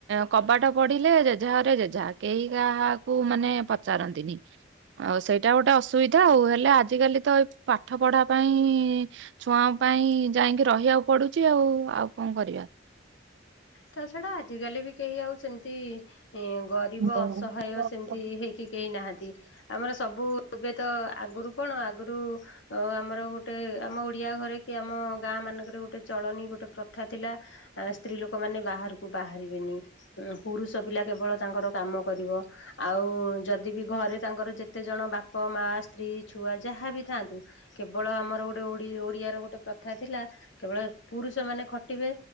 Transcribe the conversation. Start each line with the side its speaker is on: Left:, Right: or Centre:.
Right: କବାଟ ପଢିଲେ ଜେଝା ଘରେ ଜେଝା କେହି କାହାକୁ ମାନେ ପଚାରନ୍ତିନି। ଆଉ ସେଇଟା ଗୋଟେ ଅସୁବିଧା ଆଉ ହେଲେ ଆଜିିକାଲି ତ ଏ ପାଠ ପଢା ପାଇଁ ଛୁଆଙ୍କ ପାଇଁ ଯାଇକି ରହିବାକୁ ପଡୁଛି ଆଉ, ଆଉ କଣ କରିବା?
Left: ତା ଛଡା ଆଜିକାଲି ବି କେହି ଆଉ ସେମିତି ଗରିବ
Right: ହୁଁ।
Left: ଅସହାୟ ସେମିତି ହେଇ କି କେହି ନାହାନ୍ତି, ଆମର ସବୁ ଏବେ ତ ଆଗରୁ କଣ ଆଗରୁ ଅ ଆମର ଗୋଟେ ଆମ ଓଡିଆ ଘରେ କି ଆମ ଗାଁ ମାନଙ୍କରେ ଗୋଟେ ଚଳଣି ଗୋଟେ ପ୍ରଥା ଥିଲା। ଆ ସ୍ତ୍ରୀ ଲୋକମାନେ ବାହାରକୁ ବାହାରିବେନି। ପୁରୁଷ ପିଲା କେବଳ ତାଙ୍କର କାମ କରିବ। ଆଉ ଯଦି ବି ଘରେ ତାଙ୍କର ଯେତେ ଜଣ ବାପ, ମା, ସ୍ତ୍ରୀ, ଛୁଆ ଯାହା ବିି ଥାଆନ୍ତୁ। କେବଳ ଆମର ଗୋଟେ ଓଡ଼ି ଓଡିଆର ଗୋଟେ ପ୍ରଥା ଥିଲା। କେବଳ ପୁରୁଷ ମାନେ ଖଟିବେ